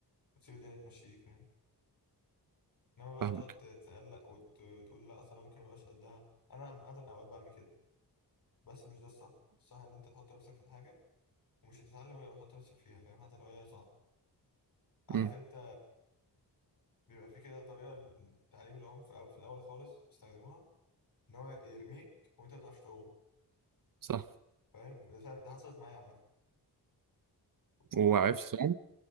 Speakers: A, on the left; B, on the right.
A: وتسيب الدنيا تمشيك يعني انما بقى
B: فاهمك
A: تقعد تتقلق وت- وتقول لا اصلا ممكن ميبقاش قدها انا عم- اغلب اوقات بعمل كده بس مش ده الصح الصح ان انت تحط نفسك في الحاجه ومش هتتعلم غير لما تحط نفسك فيها فاهم حتى لو هي صعبه عارف
B: امم
A: انت بيبقى في كده طريقه لتعليم العوم في أو- في الاول خالص بيستخدموها ان هو يرميك وانت ما بتعرفش تعوم
B: صح
A: فاهم ده ده حصلت معايا عامه و...
B: وعرفت صح